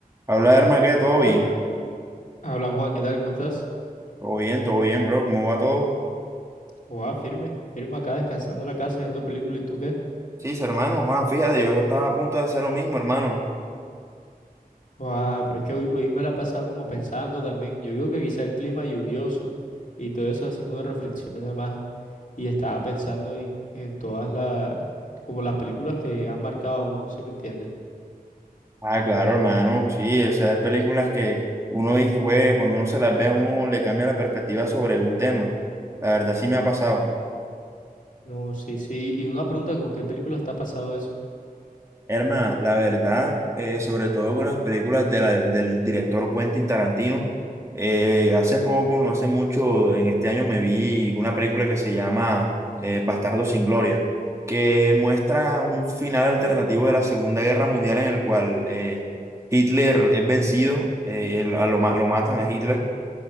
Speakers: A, on the right (about 20°); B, on the left (about 55°).
A: Habla, hermano, que todo bien.
B: Ah, habla Juan, ¿qué tal? ¿Cómo estás?
A: Todo bien, todo bien, bro. ¿Cómo va todo?
B: Guau, firme, firme acá, descansando en la casa, viendo películas. ¿Y tú qué?
A: Sí, sí, hermano. Juan, fíjate, yo estaba a punto de hacer lo mismo, hermano.
B: Guau, pero es que hoy, hoy me la he pasado como pensando también. Yo digo que quizá el clima lluvioso y todo eso, así como una reflexión además. Y estaba pensando en, en todas las, como las películas que han marcado a uno, ¿sí me entiendes?
A: Ah, claro, hermano. Sí, esas películas que uno dice, güey, cuando uno se las ve a uno le cambia la perspectiva sobre un tema. La verdad, sí me ha pasado.
B: No, sí, sí. Y una pregunta, ¿con qué película está pasado eso?
A: Herma, la verdad, eh, sobre todo con las películas de la- del director Quentin Tarantino, eh, hace poco, no hace mucho, en este año me vi una película que se llama eh, Bastardo sin Gloria, que muestra un final alternativo de la Segunda Guerra Mundial en el cual eh, Hitler es vencido, eh, él- a lo, ma- lo matan a Hitler